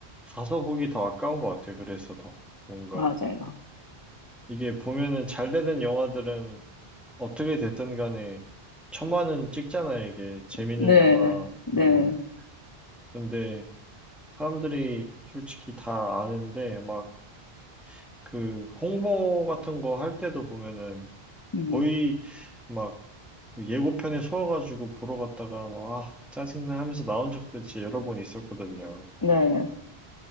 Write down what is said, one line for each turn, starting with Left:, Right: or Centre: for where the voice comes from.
Centre: 가서 보기 더 아까운 것 같아요. 그래서 더 뭔가
Left: 맞아요.
Centre: 이게 보면은 잘 되는 영화들은 어떻게 됐든 간에 천만은 찍잖아요, 이게. 재밌는
Left: 네,
Centre: 영화는.
Left: 네,
Centre: 근데 사람들이 솔직히 다 아는데 막 그 홍보 같은 거 할 때도 보면은
Left: 음,
Centre: 거의 막그 예고편에 서아가지고 보러 갔다가 막 아, 짜증나 하면서 나온 적도 진짜 여러 번 있었거든요.
Left: 네.